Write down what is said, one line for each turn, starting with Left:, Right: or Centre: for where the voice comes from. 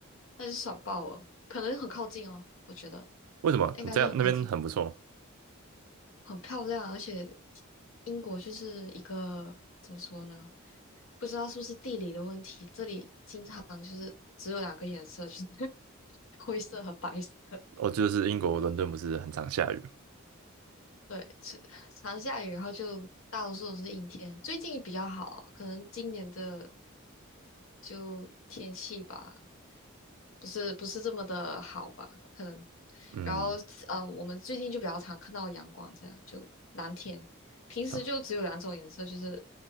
Left: 那就爽爆了，可能很靠近哦，我觉得。
Right: 为什么？
Left: 应该是很靠近，
Right: 这样那边很不错吗
Left: 很漂亮，而且英国就是一个怎么说呢？不知道是不是地理的问题，这里经常就是只有两个颜色，就是 <laughs> 灰色和白色。
Right: 哦，就是英国伦敦不是很常下雨
Left: 对，常常下雨，然后就大多数都是阴天。最近比较好，可能今年的就天气吧，不是不是这么的好吧？可能，
Right: 嗯，
Left: 然后嗯，我们最近就比较常看到阳光，这样就蓝天。平时就只有两种颜色，
Right: 嗯，
Left: 就是